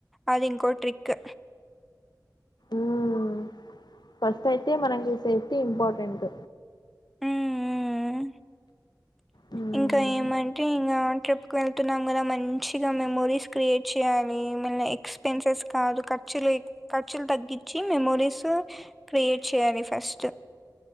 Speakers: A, in the centre; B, on the left (about 70°).
A: అది ఇంకో ట్రిక్.
B: ఉమ్ ఫస్ట్ ఐతే మనకి సేఫ్టీ ఇంపార్టెంట్.
A: మ్మ్
B: హ్మ్
A: ఇంకా ఏమంటే ఇంకా ట్రిప్ కు వెళ్తున్నాం గదా మంచిగా మెమోరీస్. క్రియేట్ చేయాల్. ఎక్స్పెన్సెస్ కాదు ఖర్చులు ఖర్చులు తగ్గి. చి మెమోరీస్ క్రియేట్ చేయాలి ఫస్ట్.